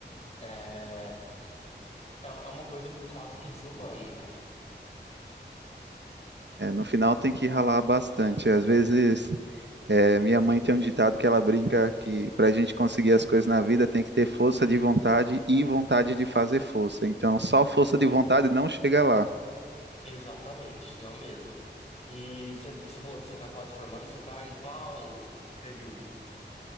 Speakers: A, on the left; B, on the right.
A: É, é, é uma coisa quase que desumana, né?
B: É, no final tem que ralar bastante. Às vezes, é, minha mãe tem um ditado que ela brinca que para a gente conseguir as coisas na vida tem que ter força de vontade e vontade de fazer força. Então, só força de vontade não chega lá.
A: Exatamente, não mesmo. E você você falou que você está quase formando, você está em qual período?